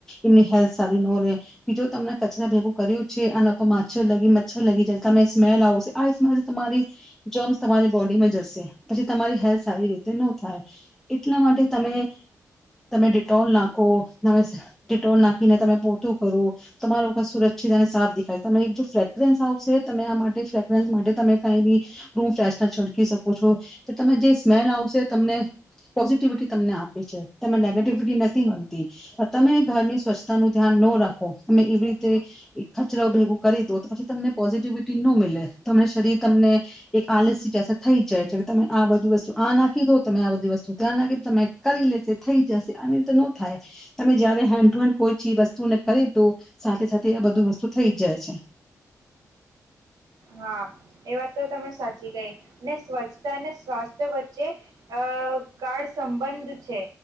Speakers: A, in the centre; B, on the right.
A: એમની હેલ્થ સારી નો રહેે, બીજું તમને કચરા ભેગું કર્યું છે, આના ઉપર માછર લગી મચ્છર લગી જાય તમે સ્મેલ આવશે, આ સ્મેલ તમારી જમ્સ તમારી બોડીમાં જશે. પછી તમારી હેલ્થ સારી રીતે ન થાય. એટલા માટે તમે-તમે ડિટોલ નાખો, તમે ડિટોલ નાખીને તમે પોતું કરો, તમારું ઘર સુરક્ષિત અને સાફ દેખાય. તમે એક જો ફ્રેગ્રેન્સ આવશે તમે આ માટ ટે ફેગ્રેંસ માટે તમે કાઈ ભી રૂમ ફ્રેશ છડકી શકો છો, તો તમે જે સ્મેલ આવશે તમને પોઝિટિવિટી તમને આપે છે. તમે નેગેટિવિટી નથી મલતી, પણ તમે ઘરની સ્વચ્છતા નું ધ્યાન નો રાખો, તમે એવી રીતે કચરો ભેગું કરી દો તો પછી તમને પોઝિટિવિટી ટી નો મિલે. તમને શરીર તમને એક આલસી જૈસા થઈ જાય છે કે તમે આ બધી વસ્તુ આ નાખી દો, તમે આ બધી વસ્તુ, ત્યાં નાખી તમે કરી લેશે થઈ જશે આવી રીતે નો થાય, તમે જયારે હેન્ડ ટુ હેન્ડ કોઈ ચીજ વસ્તુને કરી તો સાથે-સાથે આ બધું વસ્તુ થઈ જ જાય છે.
B: હા એ વાત તો તમે સાચી કહી. ને સ્વચ્છતા અને સ્વાસ્થ્ય વચ્ચે અહ ગાઢ સંબંધ છે.